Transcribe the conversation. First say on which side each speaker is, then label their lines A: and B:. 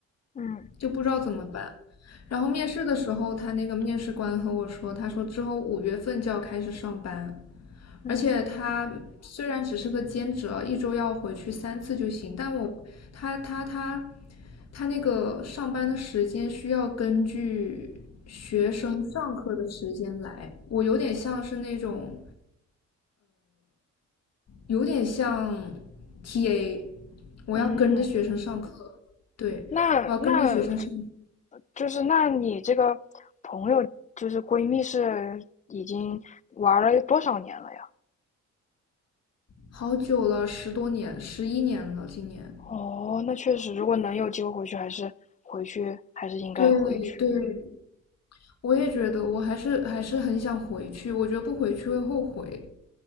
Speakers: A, on the left; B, on the left.
A: 嗯
B: 就不知道怎么办。然后面试的时候，他那个面试官和我说，他说之后五月份就要开始上班，
A: 嗯
B: 而且他虽然只是个兼职啊，一周要回去三次就行，但我他他他他那个上班的时间需要根据学生上课的时间来，我有点像是那种，有点像 TA，我要跟着学生上课，
A: 嗯，
B: 对，
A: 那那
B: 我要跟着学生上，
A: 就是那你这个朋友就是闺蜜是已经玩了多少年了呀？
B: 好久了，十多年，十一年了，今年。
A: 哦，那确实，如果能有机会回去，还是回去，还是应该回去。
B: 对对，我也觉得，我还是还是很想回去，我觉得不回去会后悔。